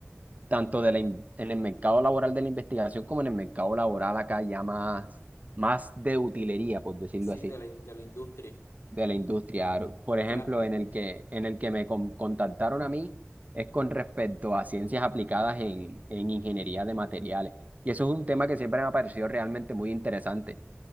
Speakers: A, on the right; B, on the left.
A: tanto de la in- en el mercado laboral de la investigación como en el mercado laboral acá ya más, más de utilería, por decirlo
B: Sí,
A: así
B: de la, in- de la industria.
A: de la industria. Aro. Por ejemplo,
B: Cla-
A: en el que, en el que me con- contactaron a mí es con respecto a ciencias aplicadas en, en ingeniería de materiales. Y eso es un tema que siempre me ha parecido realmente muy interesante.